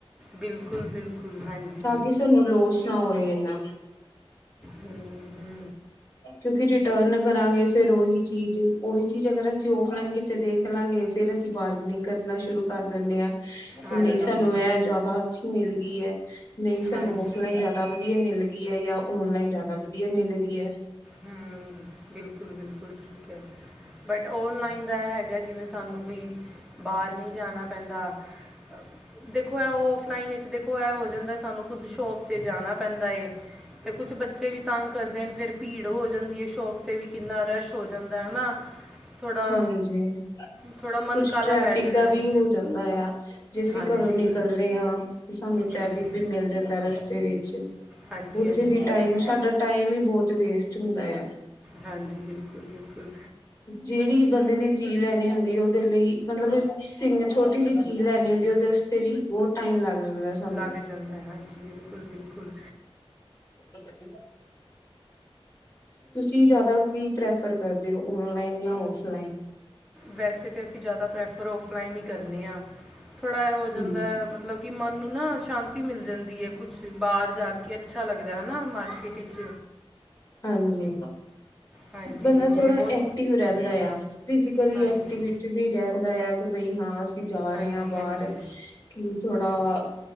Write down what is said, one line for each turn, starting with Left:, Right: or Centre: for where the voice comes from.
Centre: ਬਿਲਕੁਲ ਬਿਲਕੁਲ ਹਾਂਜੀ
Left: ਤਾਂ ਕਿ ਸਾਨੂੰ ਲੋਸ਼ ਨਾ ਹੋਵੇ ਇਨਾ
Centre: ਹੂ ਹੂ ਹੂ,,,
Left: ਕਿਉਂਕਿ ਰਿਟਰਨ ਕਰਾਂਗੇ ਫੇਿਰ ਉਹੀ ਚੀਜ਼ ਉਹੀ ਚੀਜ਼ ਅਗਰ ਅਸੀਂ ਔਫਲਾਈਨ ਕਿਤੇ ਦੇਖ ਦੇਖਲਾਂਗੇ ਫਿਰ ਅਸੀਂ ਬਾਰਗਨਿੰਗ ਕਰਨਾ ਸ਼ੁਰੂ ਕਰ ਦਿੰਦੇ ਹਾਂ ਕਿ
Centre: ਹਾਂਜੀ
Left: ਇਹ ਸਾਨੂੰ ਇਹ ਜ਼ਿਆਦਾ ਅੱਛੀ ਮਿਲ ਗਈ ਹੈ ਨਹੀਂ ਸਾਨੂੰ
Centre: ਹਾਂਜੀ
Left: ਔਫਲਾਈਨ ਜ਼ਿਆਦਾ ਤਾਂ ਵਧੀਆ ਮਿਲ ਗਈ ਹੈ ਜਾਂ ਔਨਲਾਈਨ ਜ਼ਿਆਦਾ ਵਧੀਆ ਮਿਲ ਗਈ ਹੈ।
Centre: ਹੂ ਬਿਲਕੁਲ ਬਿਲਕੁਲ ਠੀਕ ਹੈ। ਬਟ ਔਨਲਾਈਨ ਦਾ ਇਹ ਹੈਗਾ ਜਿਵੇਂ ਸਾਨੂੰ ਵੀ ਬਾਹਰ ਨਹੀਂ ਜਾਣਾ ਪੈਂਦਾ ਅ, ਦੇਖੋ ਹੈ ਉਹ ਔਫਲਾਈਨ ਵਿੱਚ ਦੇਖੋ ਇਹ ਹੋ ਜਾਂਦਾ ਸਾਨੂੰ ਖੁਦ ਸ਼ੋਪ ਤੇ ਜਾਣਾ ਪੈਂਦਾ ਤੇ ਕੁਛ ਬੱਚੇ ਵੀ ਤੰਗ ਕਰਦੇ ਨੇ ਫਿਰ ਭੀੜ ਹੋ ਜਾਂਦੀ ਹੈ ਸ਼ੋਪ 'ਤੇ ਵੀ ਕਿੰਨਾ ਰਸ਼ ਹੋ ਜਾਂਦਾ ਹੈਨਾ ਥੋੜਾ
Left: ਹਾਂਜੀ
Centre: ਥੋੜਾ ਮਨ
Left: ਕੁਛ
Centre: ਕਾਲਾ
Left: ਟ੍ਰੈਫਿਕ
Centre: ਪੈ ਜਾਂਦਾ
Left: ਦਾ ਵੀ
Centre: ਹੈ
Left: ਹੋ ਜਾਂਦਾ ਆ ਜੇ ਅਸੀਂ
Centre: ਹਾਂਜੀ
Left: ਘਰੋਂ ਨਿਕਲ ਰਹੇ ਹਾਂ ਕਿ ਸਾਨੂੰ ਟ੍ਰੈਫਿਕ
Centre: ਹੂੰ
Left: ਵੀ ਮਿਲ ਜਾਂਦਾ ਰਸਤੇ ਵਿੱਚ
Centre: ਹਾਂਜੀ
Left: ਉੱਥੇ
Centre: ਹਾਂਜੀ
Left: ਵੀ
Centre: ਬਿਲਕੁਲ
Left: ਟਾਈਮ ਸਾਡਾ ਟਾਈਮ ਹੀ ਬਹੁਤ ਵੇਸਟ ਹੁੰਦਾ ਆ
Centre: ਹਾਂਜੀ ਬਿਲਕੁਲ -ਬਿਲਕੁਲ।
Left: ਜਿਹੜੀ ਬੰਦੇ ਨੇ ਚੀਜ਼ ਲੈਣੀ ਹੁੰਦੀ ਉਹਦੇ ਲਈ ਮਤਲਬ ਸਿੰ ਛੋਟੀ ਜਿਹੀ ਚੀਜ਼ ਲੈਣੀ ਹੁੰਦੀ ਉਹਦੇ ਤੇ ਵੀ ਬਹੁਤ ਟਾਈਮ ਲੱਗ ਜਾਂਦਾ ਸਾਨੂੰ
Centre: ਲੱਗ ਜਾਂਦਾ ਹੈ ਹਾਂਜੀ ਬਿਲਕੁਲ, ਬਿਲਕੁਲ
Left: ਬੱਥੇ ਬੈਠੀ ਤੁਸੀਂ ਜ਼ਿਆਦਾ ਕੀ ਪ੍ਰੈਫਰ ਕਰਦੇ ਹੋ ਔਨਲਾਈਨ ਜਾਂ ਔਫਲਾਈਨ
Centre: ਵੈਸੇ ਤਾਂ ਅਸੀਂ ਜ਼ਿਆਦਾ ਪ੍ਰੈਫਰ ਔਫਲਾਈਨ ਹੀ ਕਰਨੇ ਹਾਂ ਥੋੜ੍ਹਾ ਜਿ ਹੋ ਜਾਂਦਾ
Left: ਹੂੰ
Centre: ਮਤਲਬ ਕਿ ਮਨ ਨੂੰ ਨਾ ਸ਼ਾਂਤੀ ਮਿਲ ਜਾਂਦੀ ਹੈ ਕੁਛ ਬਾਹਰ ਜਾ ਕੇ ਕਿ ਅੱਛਾ ਲੱਗਦਾ ਹੈ ਨਾ ਮਾਰਕੀਟ ਵਿੱਚ
Left: ਹਾਂਜੀ
Centre: ਹਾਂਜੀ
Left: ਬੰਦਾ
Centre: ਵੀ ਜਿਵੇਂ
Left: ਥੋੜਾ
Centre: ਬਹੁਤ
Left: ਐਕਟਿਵ ਰਹਿੰਦਾ ਆ ਕਦੀ
Centre: ਹਾਂਜੀ
Left: ਐਕਟੀਵਿਟੀ ਵੀ ਰਹਿੰਦਾ ਆ ਕਿ ਬਈ ਹਾਂ ਅਸੀਂ ਜਾ ਰਹੇ
Centre: ਹਾਂਜੀ
Left: ਹਾਂ ਬਾਹਰ
Centre: ਹਾਂਜੀ
Left: ਕਿ ਥੋੜਾ